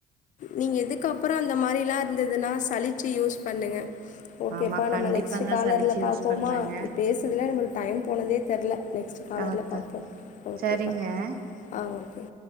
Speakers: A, on the left; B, on the right.
A: நீங்க இதுக்கப்பற அந்த மாதிரிலா இருந்ததுன்னா சளிச்சு யூஸ் பண்ணுங்க ஓகேப்பா
B: ஆமா
A: நம்ம
B: கண்டிப்பாங்க
A: நெக்ஸ்ட்டு காலர்ல
B: சலிச்சு
A: பாப்போமா
B: யூஸ் பண்றாங்க
A: இப்டி பேசுறதுல நம்மளுக்கு டைம் போனதே தெர்ல நெக்ஸ்ட்டு காலர்ல
B: அதா
A: பாப்போ ஓகேப்பா
B: சரிங்க
A: ஆ ஓகே